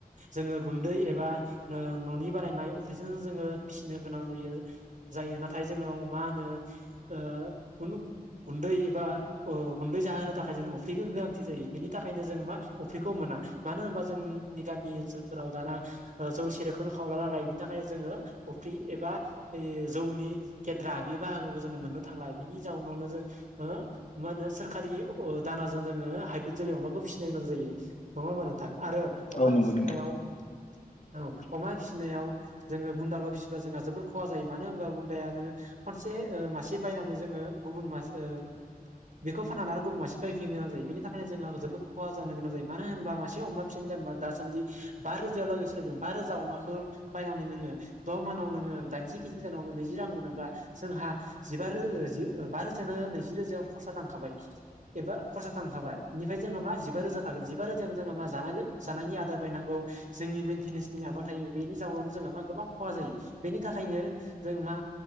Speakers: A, on the right; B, on the left.
A: जोङो गुन्दै एबा न' न'नि बानायनाय अफ्रिजोनो जोङो फिसिनो गोनां जायो जायो। नाथाय जोंनाव मा होनो ओ गुलु गुन्दै एबा अ गुन्दै जाहोनो थाखाय जोंनो अफ्रिखो गोनांथि जायो बेनि थाखायनो जों मा अफ्रिखौ मोना । मानो होनबा जोंनि गामि ओनसोलफोराव दाना ओ जौ सेरेबखो खावला नालाय बिनि थाखायनो जोङो अफ्रि एबा ओइ जौनि गेद्रा बे बाहागोखौ जोङो मोननो थांला बिनि जाउनावनो जों मा होनो सोरखारि दानाजों जोङो हाइब्रिद जोलै अमाखौ फिसिनो गोनां जायो नङा होमबा नोंथां। आरो अमा
B: औ नंगौ
A: फिसिनायाव
B: नोंथां
A: औ। फिसिनायाव जोङो बुन्दाल' फिसिबा जोंहा जोबोर खहा जायो। मानो होनबा बुन्दायानो खनसे ओ मासे बायनानै जोङो गुबुन मास ओ बेखौ फाननानै आरो गुबुन मासे बायफिन गोनां जायो। बेनि थाखाय जोंहाबो जोबोद खहा जायो होनोबा मासे अमा फिसानि दामा दासान्दि बा रोजा लागैसिम फायदों बा रो जा अमाखौ बायनानै नोंडो द' मानाव नोंङो दाइनजि केजि जानायाव नैजि रां मोनोब्ला जोंहा जिबा रो ओ जि ओ बा रोजायानो नैजि रोजायाव खरसा थांखाबाय एबा खरसा थांखाबाय। इनिफाय जोङो मा जिबा रोजा थागोन जिबा रोजायावनो जोङो मा जानायनि आदार बायनांगौ जोंनि <unintelligible> नि माबा थायो बेनि जाउनावनो जोङो मा गोबां खहा जायो। बेनि थाखायनो जों मा